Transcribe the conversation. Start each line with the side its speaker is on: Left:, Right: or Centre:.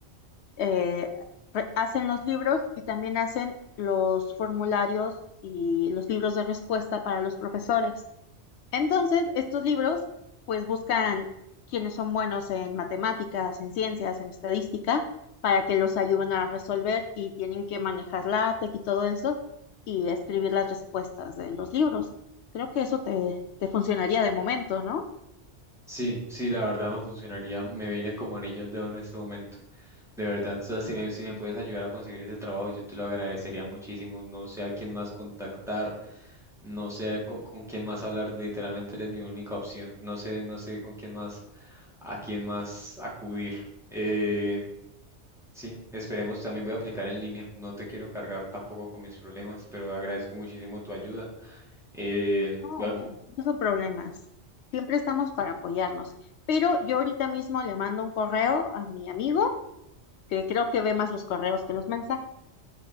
Left: eh, re- hacen los libros y también hacen los formularios y los libros de respuesta para los profesores. Entonces, estos libros pues buscan quienes son buenos en matemáticas, en ciencias, en estadística, para que los ayuden a resolver y tienen que manejar la LaTeX y todo eso y escribir las respuestas de los libros. Creo que eso te, te funcionaría de momento, ¿no?
Centre: Sí, sí, la verdad me funcionaría, me viene como anillo al dedo en este momento. De verdad, o sea, si me, si me puedes ayudar a conseguir ese trabajo, yo te lo agradecería muchísimo. No sé a quién más contactar, no sé a co- con, quién más hablar, literalmente eres mi única opción. No sé, no sé con quién más, a quién más acudir. Eh, sí, esperemos, también voy a aplicar en línea. No te quiero cargar tampoco con mis problemas, pero agradezco muchísimo tu ayuda. Eh,
Left: No,
Centre: voy a apl-
Left: no son problemas. Siempre estamos para apoyarnos. Pero yo ahorita mismo le mando un correo a mi amigo, que creo que ve más los correos que los mensajes.